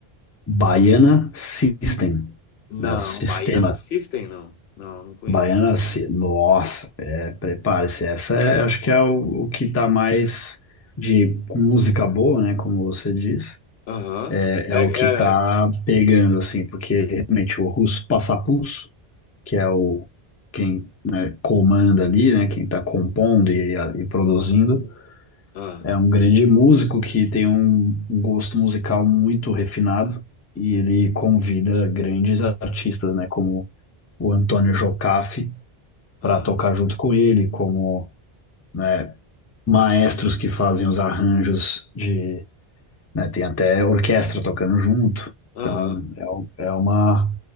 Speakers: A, on the left; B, on the left.
A: Baiana System,
B: Não,
A: né? O sistema
B: Baiana System não. Não, não conheço.
A: Baiana. Sy- Nossa, é, prepare-se. Essa é, acho que é o, o que tá mais de com música boa, né? Como você diz,
B: Aham.
A: é,
B: É,
A: é o
B: é,
A: que tá pegando assim, porque realmente o russo Passapulso, que é o quem comanda ali, né, quem está compondo e, e produzindo,
B: ah,
A: é um grande músico que tem um gosto musical muito refinado e ele convida grandes artistas, né, como o Antônio Jocafe
B: ah,
A: para tocar junto com ele, como né, maestros que fazem os arranjos de, né, tem até orquestra tocando junto.
B: aham.
A: Então é, um- é uma